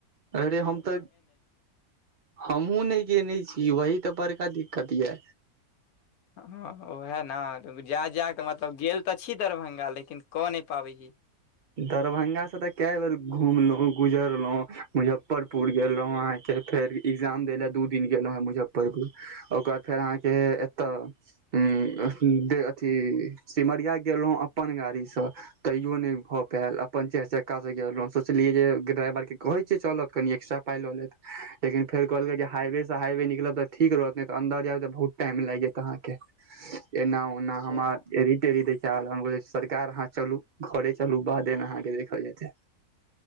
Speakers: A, on the right; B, on the left.
A: अरे हम तऽ हमहुँ नय गेने छी वही तऽ बड़का दिक्कत ये
B: हँ ओहे न जा जा कऽ मतलब गेल तऽ छी दरभंगा लेकिन कऽ नय पाबै छी
A: दरभंगा से तऽ कै बेर घुमलौं गुजरलौं मुजफ्फरपुर गेलौं अहाँके फेर एग्जाम दै लए दू दिन गेलौं हें मुजफ्फरपुर ओकर बाद फेर अहाँके एतऽ उंम्म दे अथी सिमरिया गेलौं अपन गाड़ी सँ तैयो नय हो पैल अपन चारि चक्का सँ गेल रहौं सोचलियै जे ड्राइवर के कहै छियै चलत कनि एक्स्ट्रा पाइ लऽ लेत लेकिन फेर कहलकै जे हाइवे से हाइवे निकलब तऽ ठीक रहत नै तऽ अन्दर जायब तऽ बहुत टाइम लागि जैत अहाँके के एना ओना हमरा
B: जा
A: एरी टेरी देखेब लागल हम कहलियै सरकार अहाँ चलू घरे चलू बादेमे अहाँके देखल जेतै